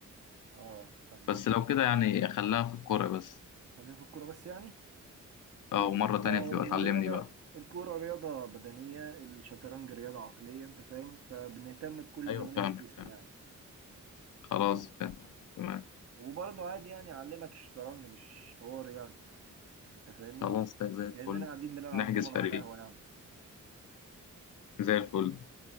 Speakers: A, on the right (about 50°); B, on the left (about 75°).
A: اه طب
B: بس
A: ده انت
B: لو كده يعني اخليها في الكورة بس
A: خلينا في الكورة بس يعني ليه
B: اه
A: يعني
B: ومرة تانية
A: هو
B: تبقى
A: الرياضة
B: تعلمني بقى
A: الكورة رياضة بدنية الشطرنج رياضة عقلية انت فاهم فبنهتم بكل
B: ايوه
A: جوانب
B: فاهمك
A: الجسم
B: فاهم
A: يعني
B: خلاص فاهمك تمام
A: وبرضه عادي يعني اعلمك الشطرنج مش حوار يعني انت فاهمني
B: خلاص ده زي الفل
A: كأننا قاعدين بنلعب
B: نحجز
A: دومنا
B: فريق
A: على القهوة يعني
B: زي الفل